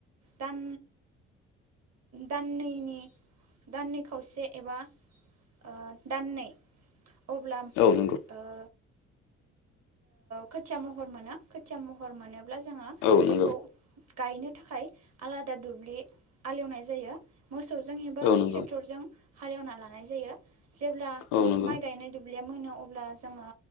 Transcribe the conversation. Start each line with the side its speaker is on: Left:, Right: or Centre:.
Right: दान दाननैनि दाननै खावसे एबा ओ दाननै अब्ला
Left: औ नोंगौ
Right: ओ खोथिया महर मोनो खोथिया महर मोनोब्ला जोङो
Left: औ नंगौ
Right: बेखौ गायनो खाय आलादा दुब्लि आलेवनाय जायो मोसौजों एबा
Left: औ नंगौ
Right: ट्रेक्टरजों हालेवना लानाय जायो जेब्ला
Left: औ
Right: दु
Left: नंगौ
Right: माइ गायनाय दुब ब्लिया मोनो अब्ला जोङो